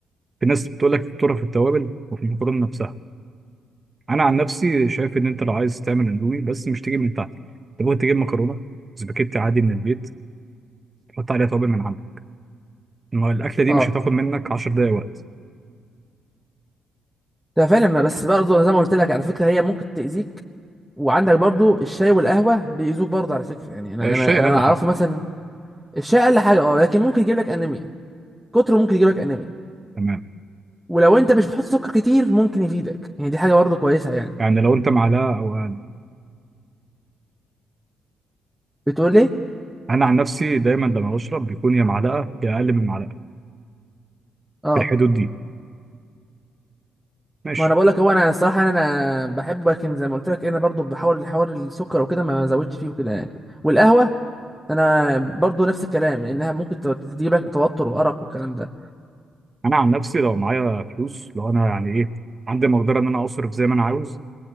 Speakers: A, on the right; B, in the centre.
A: في ناس بتقول لك الخطورة في التوابل وفي المكرونة نفسها أنا عن نفسي شايف إن أنت لو عايز تعمل اندومي بس مش تجيب من تحت تبغى تجيب مكرونة سباكيتي عادي من البيت حط عليها توابل من عندك ما الاكله دي
B: اه
A: مش هتاخد منك 10 دقايق وقت
B: ده فعلا ما- بس برضه زي ما قلت لك على فكره هي ممكن تأذيك وعندك برضه الشاي والقهوه بيأذوك برضه على فكره يعني انا
A: الشاي
B: انا انا
A: اقل
B: اعرفه
A: حاجه
B: مثلا الشاي اقل حاجه اه لكن ممكن يجيب لك انيميا كتره ممكن يجيب لك انيميا
A: تمام
B: ولو انت مش بتحط سكر كتير ممكن يفيدك يعني دي حاجه برضه كويسه يعني
A: يعني لو انت معلقه او اقل
B: بتقول ايه
A: انا عن نفسي دايما لما بشرب بيكون يا معلقه يا اقل من معلقه
B: اه
A: في الحدود دي ماشي
B: ما انا بقول لك هو انا الصراحه انا بحبه لكن زي ما قلت لك انا برضه بحاول حوار السكر وكده ما زودتش فيه وكده يعني والقهوه انا برضو نفس الكلام لانها ممكن ت- تجيب لك توتر وارق والكلام ده
A: انا عن نفسي لو معايا فلوس لو انا يعني ايه عندي مقدره ان انا اصرف زي ما انا عاوز